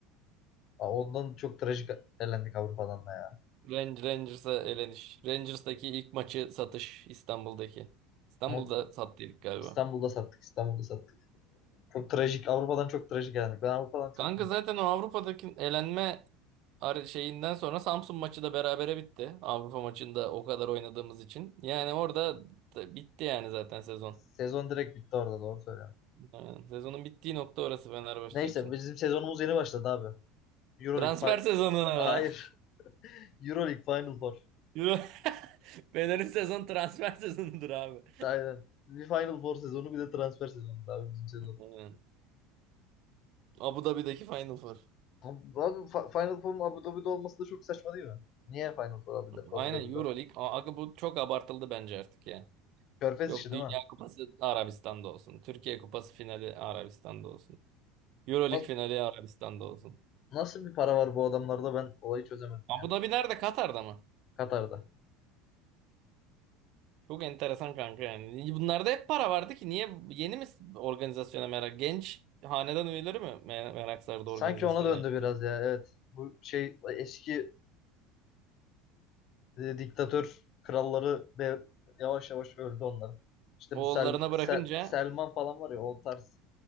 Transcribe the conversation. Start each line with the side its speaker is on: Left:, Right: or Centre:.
Left: Aa, Ondan çok trajik elendik Avrupa'dan da ya.
Right: Ran- Rangers'a eleniş. Rangers'taki ilk maçı satış İstanbul'daki. İstanbul'da
Left: Ama
Right: sattıydık galiba.
Left: İstanbul'da sattık, İstanbul'da sattık. Çok trajik, Avrupa'dan çok trajik elendik. Ben Avrupa'dan çok
Right: Kanka zaten o Avrupa'daki elenme ar- şeyinden sonra Samsun maçı da berabere bitti. Avrupa maçında o kadar oynadığımız için. Yani orada da bitti yani zaten sezon.
Left: Sezon direkt bitti orada doğru söylüyorum.
Right: Yani sezonun bittiği nokta orası Fenerbahçe
Left: Neyse
Right: için.
Left: bizim sezonumuz yeni başladı abi. Euroleague
Right: Transfer
Left: fi-
Right: sezonu. <laughs>
Left: Hayır. <laughs> Euroleague Final Four.
Right: Euro- <laughs> Fener'in sezon transfer sezonudur abi.
Left: Aynen. Bir Final Four sezonu bir de transfer sezonu abi bizim sezon.
Right: Aynen. Abu Dhabi'deki Final Four.
Left: Abi Fi- Final Four'un Abu Dhabi'de olması da çok saçma değil mi? Niye Final Four Abu Dha-
Right: Aynen
Left: Abu Dhabi'de?
Right: EuroLeague. A- Aga bu çok abartıldı bence artık ya.
Left: Körfez
Right: Yok
Left: işi değil
Right: Dünya
Left: mi?
Right: Kupası Arabistan'da olsun. Türkiye Kupası finali Arabistan'da olsun. EuroLeague
Left: Nasıl,
Right: finali Arabistan'da olsun.
Left: nasıl bir para var bu adamlarda ben olayı çözemedim
Right: Abu
Left: ya.
Right: Dhabi nerede? Katar'da mı?
Left: Katar'da.
Right: Çok enteresan kanka yani. Bunlarda hep para vardı ki niye yeni mi organizasyona merak? Genç hanedan üyeleri mi me- merak sardı
Left: Sanki
Right: organizasyona?
Left: ona döndü biraz ya evet. Bu şey eski e, diktatör kralları de yavaş yavaş öldü onların. İşte
Right: Oğullarına
Left: bu Sel Sel-
Right: bırakınca
Left: Selman falan var ya o tarz